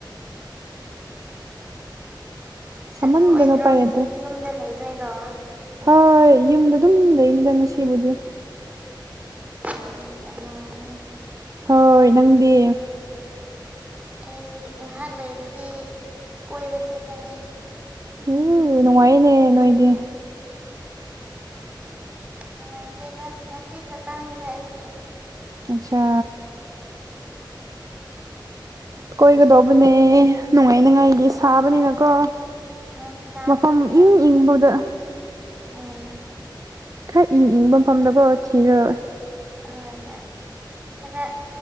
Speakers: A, on the right; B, on the right.
A: ꯎꯝ ꯆꯠꯊꯣꯛꯑꯣꯏꯗ꯭ꯔꯣ
B: ꯁꯥꯃꯟꯗꯅ ꯎꯄꯥꯏ
A: ꯉꯁꯤ
B: ꯂꯩꯇ꯭ꯔꯦ
A: ꯌꯨꯝꯗ ꯂꯩꯗꯣꯏꯔꯣ
B: ꯍꯣꯏ ꯌꯨꯝꯗ ꯑꯗꯨꯝ ꯂꯩꯅꯤꯗ ꯉꯁꯤꯕꯨꯗꯤ
A: ꯑꯥ ꯌꯥꯝ ꯅꯨꯡꯉꯥꯏꯅꯦ
B: ꯍꯣꯏ ꯅꯪꯗꯤ
A: ꯑꯩ ꯉꯍꯥꯛ ꯂꯩꯔꯗꯤ ꯀꯣꯏꯕ ꯆꯠꯀꯅꯤ
B: ꯌꯨ ꯅꯨꯡꯉꯥꯏꯌꯦꯅꯦ ꯅꯣꯏꯗꯤ
A: ꯅꯨꯡꯉꯥꯏꯇꯦꯗ ꯉꯁꯤ ꯈꯇꯪꯗ ꯑꯩꯁꯨ
B: ꯑꯆꯥ ꯀꯣꯏꯒꯗꯧꯕꯅꯦ ꯅꯨꯡꯉꯥꯏꯅꯤꯉꯥꯏꯒꯤ ꯁꯥꯕꯅꯤꯅꯀꯣ
A: ꯎꯝ ꯁꯥꯕꯅꯤꯅ
B: ꯃꯐꯝ ꯏꯪ ꯏꯪꯕꯗ
A: ꯎꯝ
B: ꯈꯔ ꯏꯪ ꯏꯪꯕ ꯃꯐꯝꯗꯀꯣ ꯊꯤꯔꯣꯏ
A: ꯍꯣꯏ ꯍꯣꯏ ꯈꯔ